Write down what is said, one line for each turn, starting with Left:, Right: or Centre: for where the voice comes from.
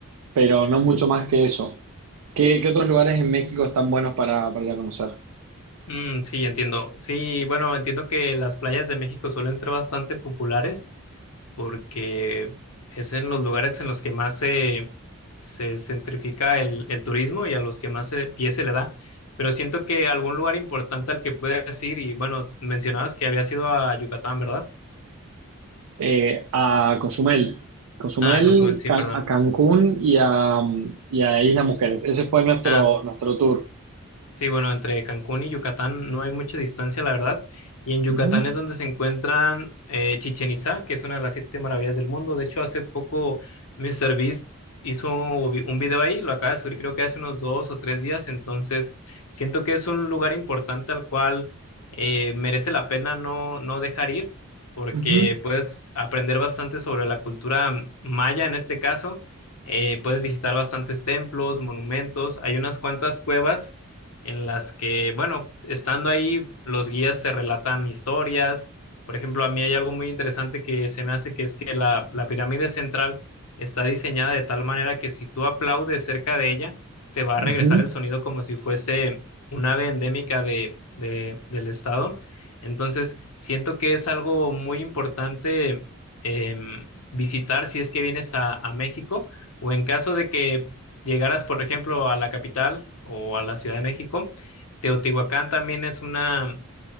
Right: pero no mucho más que eso. ¿Qué, qué otros lugares en México están buenos para, para ir a conocer?
Left: Mm, sí, entiendo. Sí, bueno, entiendo que las playas de México suelen ser bastante populares porque es en los lugares en los que más se, se centrifica el, el turismo y a los que más se- pie se le da. Pero siento que algún lugar importante al que puedas ir, y bueno, mencionabas que habías ido a Yucatán, ¿verdad?
Right: Eh, a Cozumel, Cozumel,
Left: Ah, Cozumel, sí,
Right: Can-
Left: perdón.
Right: a Cancún y a, y a Isla Mujeres. Ese fue nuestro,
Left: Ah,
Right: nuestro tour.
Left: Sí, bueno, entre Cancún y Yucatán no hay mucha distancia, la verdad. Y en Yucatán
Right: Ujú,
Left: es donde se encuentran eh, Chichén Itzá, que es una de las siete maravillas del mundo. De hecho, hace poco míster Beast hizo vi- un video ahí, lo acaba de subir creo que hace unos dos o tres días. Entonces, siento que es un lugar importante al cual eh, merece la pena no, no dejar ir, porque
Right: ujú,
Left: puedes aprender bastante sobre la cultura maya en este caso. Eh, puedes visitar bastantes templos, monumentos, hay unas cuantas cuevas en las que, bueno, estando ahí, los guías te relatan historias. Por ejemplo, a mí hay algo muy interesante que se me hace, que es que la, la pirámide central está diseñada de tal manera que si tú aplaudes cerca de ella, te va
Right: ujú,
Left: a regresar el sonido como si fuese un ave endémica de, de- del estado. Entonces, siento que es algo muy importante em, visitar si es que vienes a, a México o en caso de que llegaras, por ejemplo, a la capital o a la Ciudad de México, Teotihuacán también es una,